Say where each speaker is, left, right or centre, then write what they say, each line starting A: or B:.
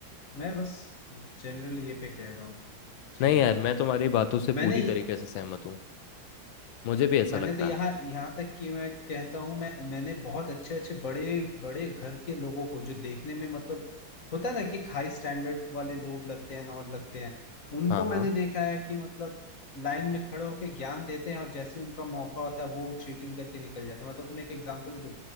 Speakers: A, on the left (about 50°); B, on the left (about 75°).
A: मैं बस जनरली ये पे कह रहा हूँ चीजों
B: नहीं यार
A: के लिए
B: मैं तुम्हारी बातों से पूरी
A: मैंने
B: तरीके से सहमत हूँ मुझे भी ऐसा
A: मैंने
B: लगता
A: तो यहाँ
B: है
A: यहाँ तक कि मैं कहता हूँ मैं मैंने बहुत अच्छे अच्छे बड़े बड़े घर के लोगों को जो देखने में मतलब होता है ना कि हाई स्टैंडर्ड वाले लोग लगते हैं और लगते हैं उनको
B: हाँ हाँ
A: मैंने देखा है कि मतलब लाइन में खड़े होकर ज्ञान देते हैं और जैसे उनका मौका होता है वो चीटिंग करके निकल जाते हैं मतलब तुम्हें एक एग्जांपल दूं